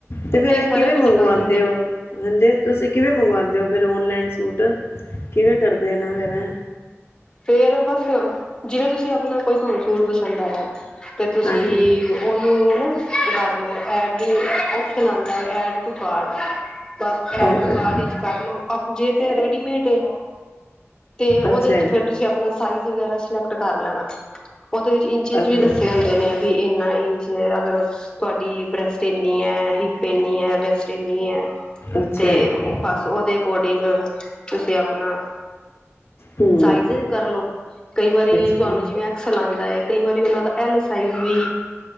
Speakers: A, on the left; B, on the left.
A: ਤੇ ਫੇਰ
B: ਨਹੀਂ
A: ਏ
B: ਖਰੇ
A: ਕਿਵੇਂ
B: ਵੀ
A: ਮੰਗਵਾਂਦੇ
B: ਨਿਕਲ ਜਾਂਦੇ
A: ਓ
B: ਨੇ
A: ਤੁਸੀਂ ਕਿਵੇਂ ਮੰਗਵਾਂਦੇ ਓ? ਫੇਰ ਔਨਲੈਨ ਸੂਟ ਕਿਵੇਂ ਕਰਦੇ ਨੇ ਫੇਰ ਏ?
B: ਫੇਰ ਬਸ, ਜਿਵੇਂ ਤੁਸੀ ਆਪਨਾ ਕੋਈ ਤੁਆਨੂੰ ਸੂਟ ਪਸੰਦ ਆਇਆ, ਤੇ ਤੁਸੀਂ
A: ਹਾਂਜੀ
B: ਓਨੂੰ ਕਾਰ ਲਓ ਐਪ ਵੀ ਏ ਐਡ ਟੂ ਕਾਟ। ਬਾਸ ਐਡ
A: ਅੱਛਾ,
B: ਟੂ ਕਾਟ ਇਚ ਕਾਰਲੋ, ਜੇ ਤੇ ਏ ਰੇਡੀਮੇਡ ਏ ਤੇ ਔਦੇ
A: ਅੱਛਾ
B: ਏਚ
A: ਜੀ।
B: ਫੇਰ ਤੁਸੀਂ ਅਪਣਾ ਸਾਈਜ਼ ਵਗੈਰਾ ਸਲੈਕਟ ਕਰ ਲੈਨਾ। ਔਦੇ ਵਿੱਚ ਇੰਚਿਸ
A: ਅੱਛਾ,
B: ਵੀ ਦੱਸੇ ਹੁੰਦੇ ਨੇ ਵੀ ਏਨਾ ਇੰਚ, ਅਗਰ ਤੁਹਾਡੀ ਬ੍ਰੈਸਟ ਇੰਨੀ ਏ। ਹਿਪ ਏਨੀ ਹੈ, ਵੈਸਟ ਏਨੀ ਹੈ,
A: ਅੱਛਾ
B: ਤੇ
A: ਜੀ
B: ਬਸ ਔਦੇ ਅਕੋਡਿੰਗ ਤੁਸੀਂ ਆਪਨਾ
A: ਹੂੰ,
B: ਸਾਈਜ਼ ਕਾਰਲੋ। ਕਈ ਵਾਰੀ
A: ਅੱਛਾ,
B: ਤੁਆਨੂੰ, ਜਿਵੇਂ ਐਕਸੈਲ ਆਂਦਾ ਏ। ਕਈ ਵਾਰੀ ਔਨਾ ਦਾ ਐਲ ਸਾਈਜ਼ ਵੀ